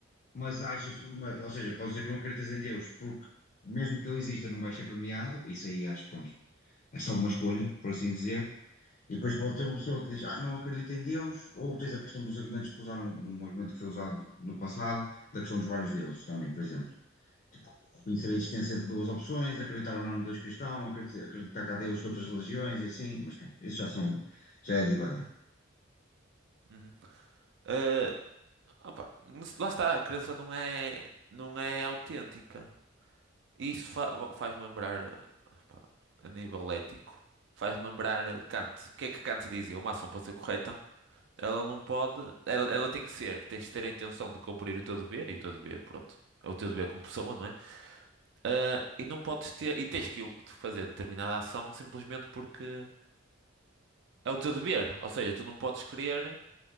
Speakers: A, on the left; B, on the right.
A: mas achas, mas- ou seja, podes dizer que não acreditas em Deus, porque mesmo que ele exista, não vais ser premiado. Isso aí acho que pronto. É só uma escolha, por assim dizer. E depois pode ter uma pessoa que diz, ah, não acredito em Deus, ou tens a questão dos argumentos que usaram, um argumento que foi usado no passado, da questão dos vários deuses também, por exemplo tipo, reconhecer a existência de duas opções, acreditar ou não no Deus cristão, acreditar, acreditar que há deuses de outras religiões e assim, mas pronto, isso já são, já é divagar.
B: Uhum. Eh, opa, não se- lá está, a crença não é, não é autêntica. E isso fa- faz-me lembrar. pá, a nível ético. Faz-me lembrar eh, Kant. O que é que Kant dizia? Uma ação para ser correta, ela não pode. Ela, ela tem que ser. Tens de ter a intenção de cumprir o teu dever, e o teu dever, pronto. É o teu dever como pessoa, não é? Ah, e não podes ter. E tens que o- fazer determinada ação simplesmente porque é o teu dever. Ou seja, tu não podes querer,